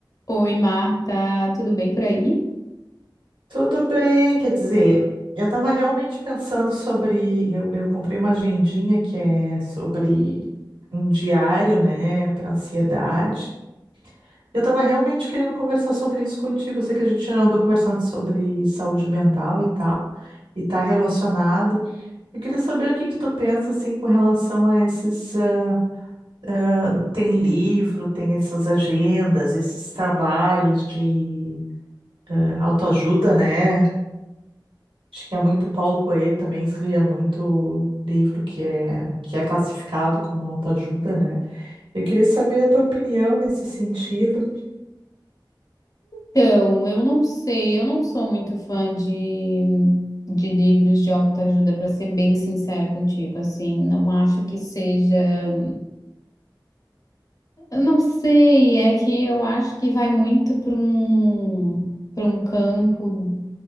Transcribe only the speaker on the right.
Tudo bem, quer dizer, eu estava realmente pensando sobre. Eu, eu comprei uma agendinha que é sobre um diário, né, para ansiedade. Eu estava realmente querendo conversar sobre isso contigo. Eu sei que a gente já andou conversando sobre saúde mental e tal, e está relacionado. Eu queria saber o que que tu pensa assim com relação a esses. ah, ah, tem livro, tem essas agendas, esses trabalhos de ah, autoajuda, né? Acho que é muito Paulo Coelho também escrevia muito livro que é, que é classificado como autoajuda, né? Eu queria saber a tua opinião nesse sentido.